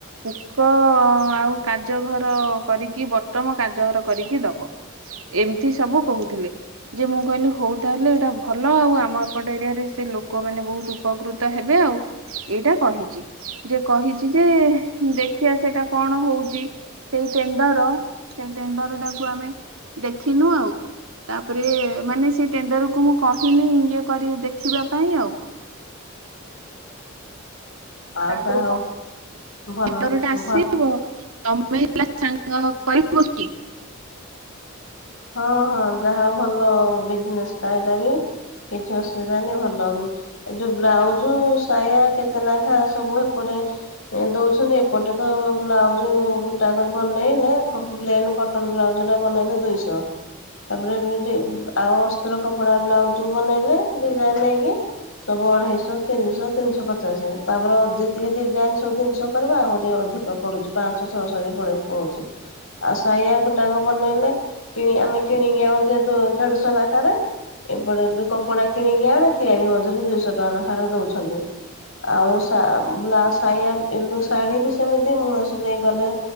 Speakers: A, on the right; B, on the left.
A: ହୁକ ଆଉ କାଜ ଘର କରିକି ବଟମ କାଜ ଘର କରିକି ଦବ ଏମିତି ସବୁ କହୁଥିଲେ। ଯେ ମୁଁ କହିଲି ହଉ ତାହେଲେ ଏଇଟା ଭଲ ଆଉ ଆମ ଏପଟ ଏରିଆରେ ସେ ଲୋକମାନେ ବହୁତ ଉପକୃତ ହେବେ। ଆଉ ଏଇଟା କହିଛି ଯେ କହିଛି ଯେ ଦେଖିବା ସେଇଟା କଣ ହଉଛି ସେଇ ଟେଣ୍ଡର ସେଇ ଟେଣ୍ଡର ଟାକୁ ଆମେ ଦେଖିନୁ ଆଉ ତାପରେ ମାନେ ସେଇ ଟେଣ୍ଡର କୁ ମୁଁ କହିନି ଇଏ କରି ଦେଖିବା ପାଇଁ ଆଉ।
B: ଆଉ
A: ତାପରେ
B: ଯାହା ହଉ ଭଲ
A: କଣ
B: ହଁ
A: ଆସିବ? ତମେ ହେଲା ସାଙ୍ଗ କରିବ କି?
B: ହଁ ହଁ ଯାହା ହଉ ଭଲ ବିଜନେସ ଟା ଏଇଟା ବି କିଛି ଅସୁବିଧାନି ଭଲ। ଏ ଯୋଉ ବ୍ଲାଉଜ ସାୟା କେତେନାଖା ସବୁ ଏପଟେ ଦଉଛନ୍ତି ଏପଟେ ତ ବ୍ଲାଉଜ ଗୋଟା ବନେଇଲେ ପ୍ଲେନ କଟନ ବ୍ଲାଉଜ ଟା ବନେଇଲେ ଦୁଇଶହ। ତାପରେ ଆଉ ଅସ୍ତ୍ର କପଡା ବ୍ଲାଉଜ ବନେଇଲେ ଡିଜାଇନ ନେଇକି ସବୁ ଅଢେଇଶହ ତିନିଶହ ତିନିଶହ ପଚାଶ ତାପରେ ଯେତିକି ଡିଜାଇନ ସବୁ ତିନିଶହ କରିବା ଆହୁରି ଅଧିକ ପଡୁଛି ପାଞ୍ଚଶହ ଛଅଶହ ବି ପଡଉଛି ଆଉ ସାଇଆ ଗୋଟାକ ବନେଇଲେ କି ଆମେ କିଣିକି ଆଣୁ ଯେ ଦେଢଶହ ନାଖାରେ ଏପଟ ଯୋଉ କପଡା କିଣିକି ଆଣେ ତିଆରି ମଜୁରି ଦୁଇଶହ ଟଙ୍କା ନଖାରେ ଦଉଛନ୍ତି ।ଆଉ ସାୟା ବ୍ଲା ଶାଢ଼ୀ ବି ସେମିତି ମୁହ ସିଲେଇ କଲେ